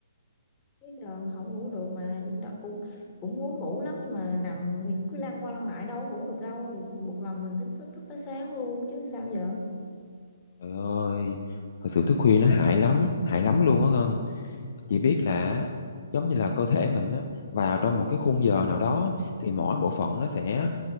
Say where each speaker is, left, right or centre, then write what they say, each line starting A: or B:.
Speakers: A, on the left; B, on the left.
A: Tới giờ không ngủ được mà chúng ta cũng cũng muốn ngủ lắm nhưng mà nằm thì cứ lăn qua lăn lại đâu có ngủ được đâu thì buộc lòng mình thức thức, thức tới sáng luôn chứ sao giờ
B: trời ơi thật sự thức khuya nó hại lắm hại lắm luôn á Ngân chị biết là giống như là cơ thể mình á vào trong một cái khung giờ nào đó thì mỗi bộ phận nó sẽ